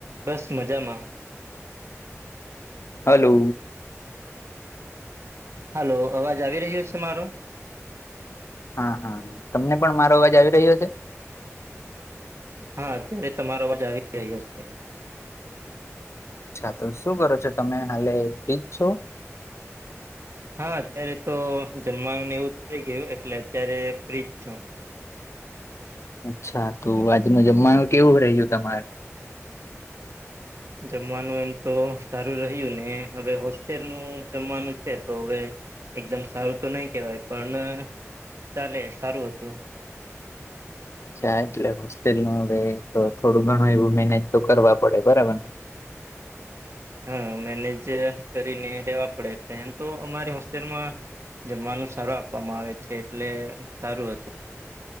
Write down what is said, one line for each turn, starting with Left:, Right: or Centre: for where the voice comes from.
Right: બસ મજામાં
Left: હલો
Right: હાલલો અવાજ આવી રહ્યો છે મારો
Left: હા હા તમને પણ મારો અવાજ આવી રહ્યો છે.
Right: હા અત્યારે તમારો અવાજ આવી રહ્યો છે.
Left: અચ્છા તો શું કરો છો તમે હાલે બિજ છો.
Right: હા અત્યારે તો જમવાનું એવું થઈ ગયું એટલે અત્યારે ફ્રીજ છું.
Left: અચ્છા તોું આજ ન જમવાયું કેવું રહ્યું તમારુ
Right: જમવાનું એમ તો સારું રહ્યું ને હવે હોસ્ટેલ નું જમવાનું છે તો હવે એકદમ સારું તો નહી કેહેવાય પણ ચાલે સારું હતું.
Left: ચ્ા એટલે હોસ્ટેલ નું હવે તો થોડું ઘણું એવું મેનેજ તો કરવા પડે બરાબર ને
Right: હા મેનેજ કરીને લેવા પડે એ એમ તો અમારી હોસ્ટેલમાં જમવાનું સારું આપવામાં આવે છે એટલે સારું હતું.